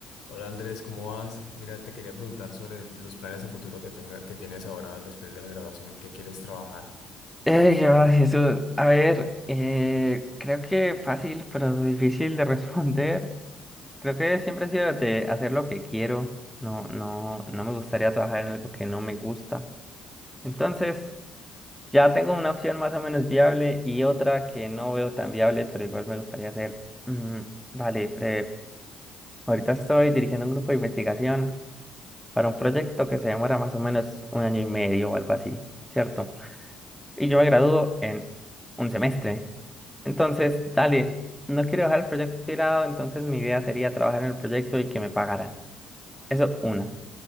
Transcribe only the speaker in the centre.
Eh, ¿qué más, Jesús? A ver, eh, creo que fácil, pero difícil de <laughs> responder. Creo que siempre he sido de hacer lo que quiero. No, no, no me gustaría trabajar en algo que no me gusta. Entonces, ya tengo una opción más o menos viable y otra que no veo tan viable, pero igual me gustaría hacer. Mm, vale, pre- ahorita estoy dirigiendo un grupo de investigación para un proyecto que se demora más o menos un año y medio o algo así, ¿cierto? Y yo me gradúo en un semestre. Entonces, dale, no quiero dejar el proyecto tirado, entonces mi idea sería trabajar en el proyecto y que me pagaran. Eso, una.